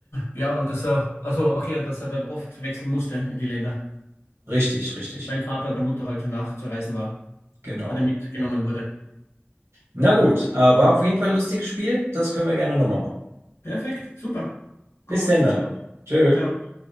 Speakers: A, on the left; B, on the right.
A: Ja, und dass er, also okay, dass er dann oft wechseln musste in die Länder,
B: Richtig, richtig.
A: weil Vater oder Mutter halt nachzureisen war
B: Genau.
A: oder mitgenommen wurde.
B: Na gut, äh, war auf jeden Fall ein lustiges Spiel. Das können wir gerne nochmal machen.
A: Perfekt, super. Gut,
B: Bis denn dann.
A: ciao,
B: Tschö.
A: ciao.